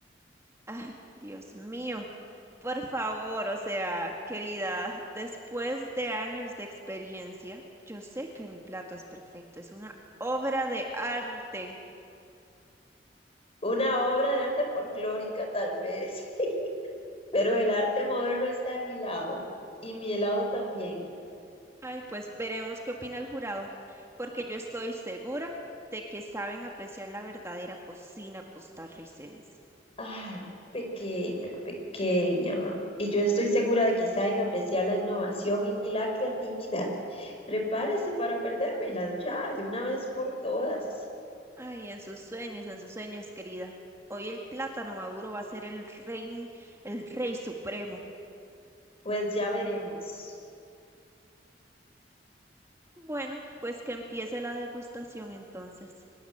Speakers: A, on the right (about 15°); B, on the left (about 35°).
A: Ay, Dios mío. Por favor, o sea, querida, después de años de experiencia, yo sé que mi plato es perfecto, es una obra de arte.
B: Una obra de arte folclórica, tal vez, <laughs> pero el arte moderno está de mi lado y mi helado también.
A: Ay, pues veremos qué opina el jurado, porque yo estoy segura de que saben apreciar la verdadera cocina costarricense.
B: Ay, pequeña, pequeña. Y yo estoy segura de que saben apreciar la innovación y la creatividad. Prepárese para perdérmela ya, de una vez por todas.
A: Ay, en sus sueños, en sus sueños, querida. Hoy el plátano maduro va a ser el rey, el rey supremo.
B: Pues ya veremos.
A: Bueno, pues que empiece la degustación entonces.